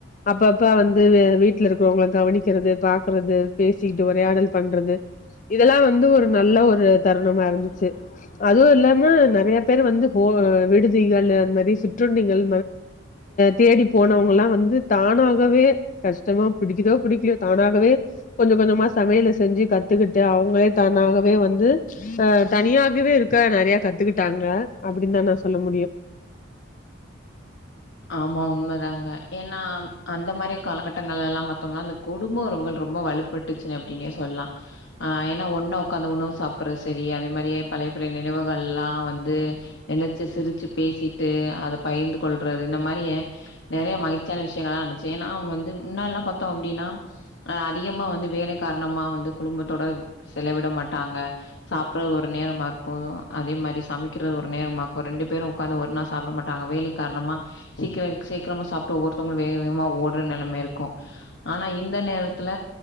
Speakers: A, on the left; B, on the left.
A: அப்பப்ப வந்து வீட்டுல இருக்கிறவங்கள கவனிக் க்கிறது பாக்குறது பேசிக்கிட்டு உரையாடல் பண்றது இதெல்லா வந்து ஒரு நல்ல ஒரு தருணமா இருந்துச்சு அதுவு இல்லாம நெறைய பேரு வந்து போ அ விடுதிகள் அந்த மாரி சுற்றண்டிகள் தேடி போனவங்கல்லா வந்து தானா கவே கஷ்டமா பிடிக்குதோ பிடிக்கலயோ தானாகவே கொஞ்ச கொஞ்சமா சமையல செஞ்சு கத்துக்கிட்டு அவங்களே தானாகவே வந்து அ தனியாகவே இருக்க நெறையா கத்துக்கிட்டாங்க அப்டின்னு தா நா சொல்ல முடியு <inaudible>
B: ஆமா உண்மைதாங்க ஏன்னா அந்த மாரி காலகட்டங்கல்லா பாத்தோம்ன்னா அ குடும்ப உறவுகள் ரொம்ப வலுப்பட்டுச்சு அப்டினே சொல்லலா ஆ ஏன்னா ஒண்ண உக்காந்து உணவு சாப்பற சரி ஏ அதே மாரி பழையபழைய நினைவுகள்லா வந்து நினைச்ச சிரிச்சு பேசிட்டு அத பயிர்ந்து ற இந்த மாரி நெறைய மகிழ்ச்சியான விஷயங்கள்ளா நடன்ச்சு ஏன்னா வந்து முன்னள்லா பாத்தோ அப்டின்னா அ அதிகமா வந்து வேலை காரணமா வந்து குடும்பத்தோட செலவிட மாட்டாங்க சாப்பறது ஒரு நேரமா இருக்கு அதே மா றி சமைக்கிறது ஒரு நேரமா ரெண்டு பேரு உக்காந்து ஒரு நாள் சாப்பிட மாட்டாங்க வேலை காரணமா சீக்கிர சீக்கிரமா சாப்ட்டு ஒவ்வொருத்தவங்களும் வேக வேகமா ஓடுற நிலைமை இருக்கும் ஆனா இந்த இந்த நேரத்துல